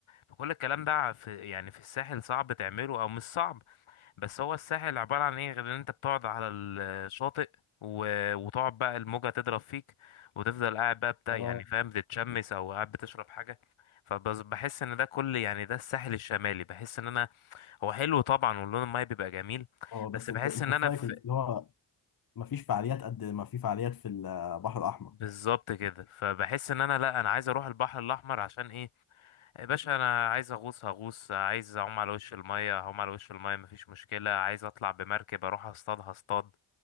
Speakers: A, on the left; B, on the left.
A: فكل الكلام ده في يعني في الساحل صعب تعمله او مش صعب بس هو الساحل عبارة عن ايه غير ان انت بتقعد على الشاطئ و... وتقعد بقى الموجة تضرب فيك وتفضل قاعد بقى بتاع
B: اه
A: يعني فاهم بتتشمس او قاعد بتشرب حاجة فبس بحس ان ده كل يعني ده الساحل الشمالي بحس ان انا هو حلو طبعا واللون الماي بيبقى جميل
B: اه بس
A: بس بحس
B: انت انت
A: ان انا
B: في رايك
A: في
B: اللي هو مفيش فعاليات قد ما في فعاليات في البحر الاحمر
A: بالظبط كده فبحس ان انا لا انا عايز اروح البحر الاحمر عشان ايه يا باشا انا عايز اغوص هغوص عايز اعوم على وش المية هعوم على وش المية مفيش مشكلة عايز اطلع بمركب اروح اصطاد هصطاد